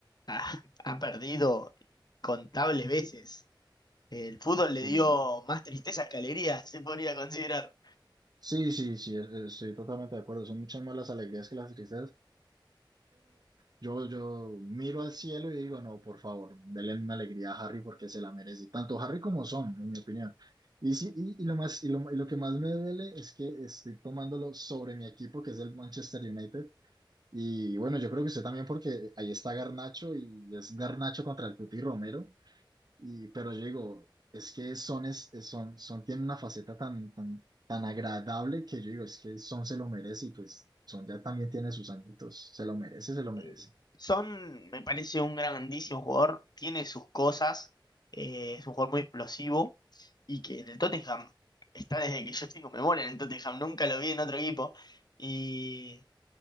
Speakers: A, on the left (about 55°); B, on the right (about 55°).
A: ha, ha perdido contables veces. El fútbol le
B: sí,
A: dio más tristezas que alegrías, se podría considerar.
B: sí, sí, sí, eh, estoy totalmente de acuerdo, son muchas más las alegrías que las tristezas. Yo, yo miro al cielo y digo, no, por favor, denle una alegría a Harry porque se la merece. Tanto Harry como Son, en mi opinión. Y, sí, y, y lo más, y, lo, y lo que más me duele es que estoy tomándolo sobre mi equipo, que es el Manchester United. Y bueno, yo creo que usted también, porque ahí está Garnacho y es Garnacho contra el Cuti Romero. Y, pero yo digo, es que Son, es, es- Son, Son tiene una faceta tan, tan, tan agradable que yo digo, es que Son se lo merece y pues Son ya también tiene sus añitos. Se lo merece, se lo merece.
A: Eh, Son, me parece un grandísimo jugador, tiene sus cosas, eh, es un jugador muy explosivo y que en el Tottenham está desde que yo tengo memoria en el Tottenham, nunca lo vi en otro equipo. Y